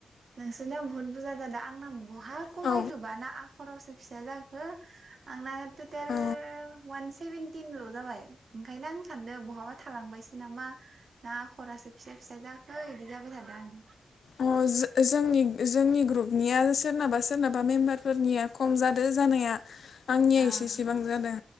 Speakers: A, on the right; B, on the left.
A: नोंसोरनियाव बुहुत बुरजा जादों आंना बहा खमायखोबा
B: औ
A: ना आखरावसो फिसा जाखो आंना टेल
B: अ
A: वान सेभेनटिनल' जाबाय ओंखायनो आं सानदों बहाबा थालांबायसो नामा ना खरासो फिसा फ फिसा जाखो बिदि जाबाय थादा आं
B: अ जोंनि जोंनि ग्रुपनिया सोरनाबा सोरनाबा मेम्बारफोरनिया खम जादों जानाया आंनिया
A: आं
B: एसेसेबां जादों